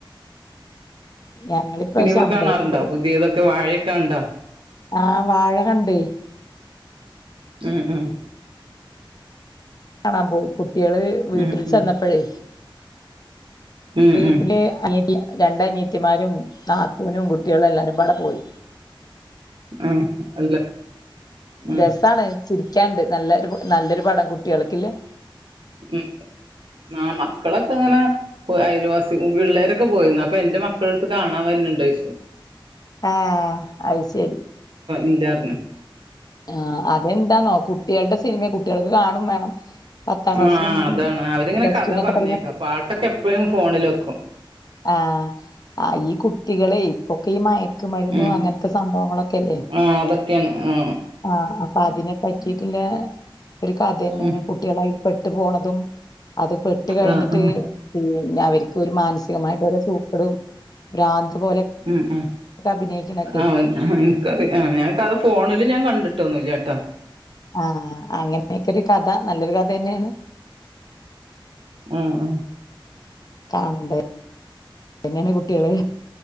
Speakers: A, on the left; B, on the right.
A: ഞങ്ങൾ ഇപ്രാവശ്യം
B: സിനിമ
A: അമ്പലത്തില്
B: കാണാറുണ്ടോ പുതിയതൊക്കെ വാഴയൊക്കെ കണ്ടോ
A: ആ വാഴ കണ്ടേയ്
B: ഉം ഉം
A: കാണാൻ പോയി കു കുട്ട്യാള് വീട്ടിൽ
B: ഉം ഉം
A: ചെന്നപ്പഴേ
B: ഉം
A: വീട്ടില്
B: ഉം
A: അനിയ രണ്ട അനിയീത്തിമാരും നാത്തൂനും കുട്ടികളും എല്ലാരും കൂടെ പോയി
B: ആ അല്ല ഉം
A: രസാണ് ചിരിക്കാന്ണ്ട് നല്ലൊരു നല്ലൊരു പടം കുട്ടികൾക്കില്ലേ
B: മ് ആഹ് മക്കളൊക്കെ അങ്ങനെ അയൽവാസി പിള്ളേരൊക്കെ പോയിന് അപ്പൊ എന്റെ മക്കൾ എടുത്ത് കാണാൻ വന്ന്ണ്ടോന്ന് ചോയിച്ചു
A: ആഹ് അയി ശരി
B: ഇല്ല പറഞ്ഞു
A: ആഹ് അതെന്താന്നോ കുട്ടികളുടെ സിനിമ കു കുട്ടികൾക്ക് കാണും വേ ണം പത്താം ക്ലാസ്സിലും
B: ആ അതാണ് അവരിങ്ങനെ
A: പ്ലസ്സ്ടുവിനൊക്കെ
B: കഥ പറഞ്ഞേക്കാ
A: പഠിക്കുന്ന
B: പാട്ടൊക്കെ എപ്പഴും ഫോണിൽ വെക്കും
A: ആഹ് ഈ കുട്ടികളെ ഇപ്പോക്കെ ഈ മയക്കുമരുന്നു
B: ഉം
A: അങ്ങനത്തെ സംഭവങ്ങളൊക്കെ അല്ലേ.
B: ആ അതൊക്കെയാണ് ആ
A: ആ അപ്പോ അതിനെ പറ്റിട്ട്ല്ലേ ഒരു കഥ തന്നെയാണ്
B: ഉം
A: കുട്ടികളയിൽ പെട്ടു പോണതും അത് പെട്ട് കഴിഞ്ഞിട്ട്
B: ആ ആ
A: പിന്നെ അവർക്ക് ഒരു മാനസികമായിട്ട് ഓരോ സു ക്ടും ഭ്രാന്ത് പോലെ
B: ഉം ഉം
A: അഭിനയിക്കണൊക്കെ
B: ആ ഇൻക്കറിയാം ഞാൻ കഥ ഫോണിൽ ഞാൻ കണ്ടിട്ടൊന്നു ല്ലട്ടോ
A: ആഹ് അങ്ങനെയൊക്കെ ഒരു കഥ നല്ലൊരു ക ഥെന്നെയാണ്.
B: ആഹ് ആഹ്
A: കാണണ്ടെ തന്നെയാണ് കുട്ടികള്